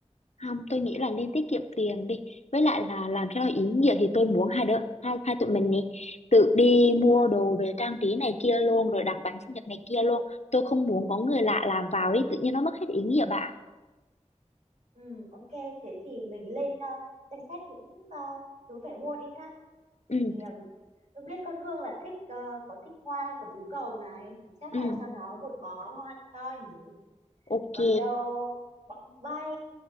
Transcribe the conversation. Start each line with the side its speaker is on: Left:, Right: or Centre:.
Left: Không, tôi nghĩ là nên tiết kiệm tiền đi. Với lại là làm cho nó ý nghĩa thì tôi muốn hai đứa, hai, hai tụi mình này tự đi mua đồ về trang trí này kia luôn rồi đặt bánh sinh nhật này kia luôn. Tôi không muốn có người lạ làm vào ý, tự nhiên nó mất hết ý nghĩa bà.
Right: ừ ok thế thì mình lên à, danh sách những à, thứ phải mua đi ha
Left: Ừ,
Right: thì à, tôi biết con Hương là thích ờ, có thích hoa cẩm tú cầu này thì chắc
Left: ừ,
Right: là cho nó một bó hoa thật to nhỉ
Left: ok.
Right: còn đâu bóng bay